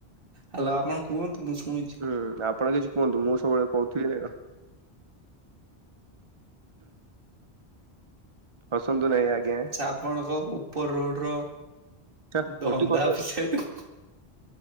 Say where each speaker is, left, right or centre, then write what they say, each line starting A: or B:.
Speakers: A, on the right; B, on the right.
A: ହ୍ୟାଲୋ ଆପଣ କୁହନ୍ତୁ ମୁଁ ଶୁଣିଛି।
B: ହୁଁ ଆପଣ କିଛି କୁହନ୍ତୁ ମୁଁ ସବୁବେଳେ କହୁଥିବି ନା କଣ? ହସନ୍ତୁ ନାଇଁ ଆଜ୍ଞା।
A: ଆଚ୍ଛା ଆପଣଙ୍କ ଉପର ରୋଡ ର
B: ଛା
A: ଧନ୍ଦା
B: ଗୋଟେ କଥା
A: ବିଷୟରେ।